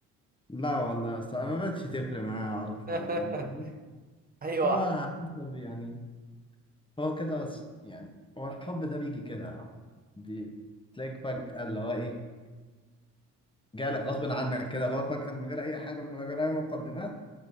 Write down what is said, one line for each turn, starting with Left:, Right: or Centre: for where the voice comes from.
Left: لا والله يا اسطى ما بقتش تفرق معايا اعرف
Right: إيه؟
Left: يعني فاهم
Right: <laughs> اي
Left: بس
Right: واحد
Left: هو على حسب يعني هو كده ص- يعني هو الحب ده بيجي كده بي- تلاقيك فجأة اللي هو إيه جالك غصب عنك كده اللي هو فجأة من غير أي حاجة من غير أي مقدمات